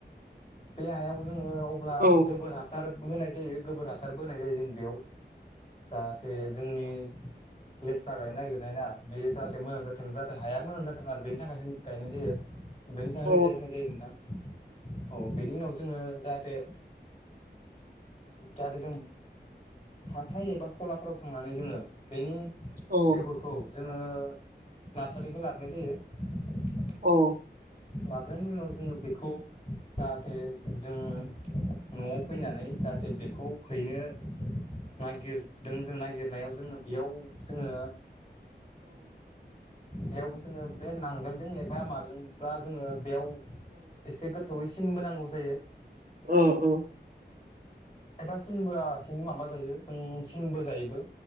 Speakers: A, on the left (about 30°); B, on the right (about 50°).
A: बे हायाव जोङो अब्ला
B: औ
A: गोबोर हासार बो होनाय जायो गोबोर हासारबो होनाय जायो जों बेयाव जाहाथे जोंनि लेस्रा गायनो नागिरनाय ना बे जाहाथे मोजां जाथों जाहाथे हाया मोजां जाथों आरो बेनि थाखाय गायनाय जायो बेनि थाखाय
B: औ
A: होनाय जायो होनाय जायो नोंथां औ बेनि उनाव जोङो जाहाथे जाहाथे जों हाथाय एबा खलाफोराव थांनानै जोङो बेनि
B: औ
A: बेगरखौ जोङो नार्सारिनिफ्राय लाबोनाय जायो
B: औ
A: लाबोनायनि उनाव जोङो बेखौ जाहाथे जों न'आव फैनानै जाहाथे बेखौ हैनो नागिरदों जों नागिरनायाव जोङो बेयाव जोङो बेयाव जोङो बे नांगोलजों एफा माजोंब्ला जोङो बेयाव एसे गो थोवै सिन बोनांगौ जायो
B: औ औ
A: खायफा सिनबोआलासिनो माबा जायो जों सिन बोजायोबो